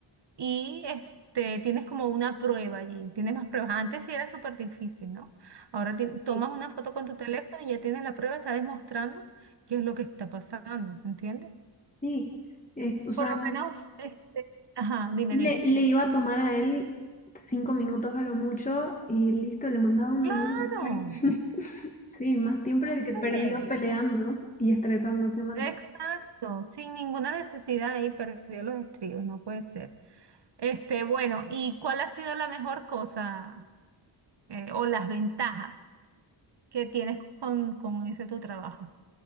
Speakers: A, on the right; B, on the left.
A: y este, tienes como una prueba allí, tienes más pruebas. Antes sí era súper difícil, ¿no? Ahora ti-
B: sí,
A: tomas una foto con tu teléfono y ya tienes la prueba, está demostrando qué es lo que está pasando, ¿entiendes?
B: sí. Es- o sea,
A: Por lo menos, este, ajá, dime,
B: le,
A: dime.
B: le iba a tomar a él cinco minutos a lo mucho y listo, le mandaba uno
A: Sí. Claro,
B: nuevo. Pero <laughs> sí, más tiempo era el que perdió
A: eh,
B: peleando y estresándose más.
A: exacto, sin ninguna necesidad ahí perdió los estribos, no puede ser. Este, bueno, ¿y cuál ha sido la mejor cosa eh, o las ventajas que tienes con, con ese tu trabajo?